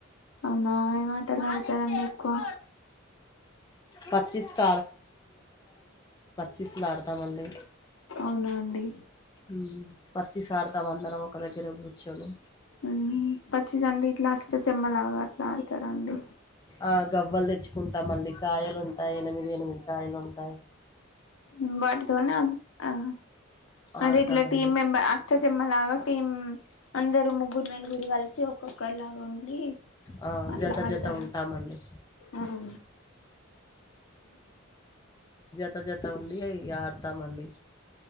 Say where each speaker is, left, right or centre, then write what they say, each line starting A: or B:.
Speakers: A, on the left (about 75°); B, on the left (about 20°).
A: ఔనా అటలాడతారండి ఎక్కువ
B: పచ్చిస్‌కి చిస్లాడతామండి
A: ఔనాండి
B: హ్మ్. పచ్చిస్ ఆడ్తాం అందరం ఒక దగ్గర కూర్చొని.
A: ఉమ్ పచ్చిసంటే ఇట్లా అష్ట చెమ్మలాగా అడ్తరాండి
B: ఆ గవ్వలు తెచ్చుకుంటామండి కాయలుంటాయి ఎనిమిది ఎనిమిది కాయలు ఉం య్
A: <unintelligible> అంటే
B: ఆడతామండి.
A: ఇట్లా టీమ్ మెంబర్, అష్ట చెమ్మలాగా టీమ్. హుమ్మ్ అందర్. ఓ ముగ్గురు, నలుగురు కలిసి ఒకో. కుక్కర్లాగా ఉండి.
B: ఆ!
A: అట్లా
B: జత
A: ఆడతారా.
B: జత ఉంటామండి.
A: ఆహా
B: జత జత ఉండి ఇగ ఆడతామండి.